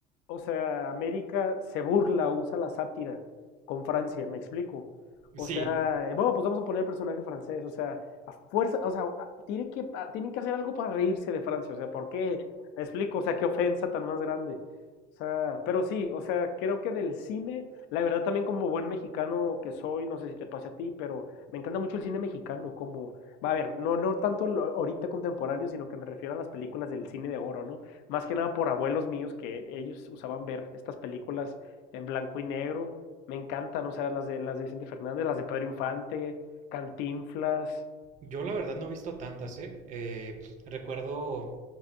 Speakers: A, on the left; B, on the right.
A: o sea, América se burla, o usa la sátira con Francia, me explico.
B: Sí,
A: O sea, eh, bueno, pues vamos a poner el personaje francés, o sea, a fuerza, o sea, a- tiene que, a- tienen que hacer algo para reírse de Francia, o sea, ¿por qué? Me explico, o sea, qué ofensa tan más grande. O sea, pero sí, o sea, creo que del cine, la verdad también como buen mexicano que soy, no sé si te pase a ti, pero me encanta mucho el cine mexicano, como Va a ver, no, no tanto ahorita contemporáneo, sino que me refiero a las películas del cine de oro, ¿no? Más que nada por abuelos míos que ellos usaban ver estas películas en blanco y negro. Me encantan, o sea, las de las de Vicente Fernández, las de Pedro Infante, Cantinflas.
B: yo la verdad no he visto tantas, ¿eh? Eh, recuerdo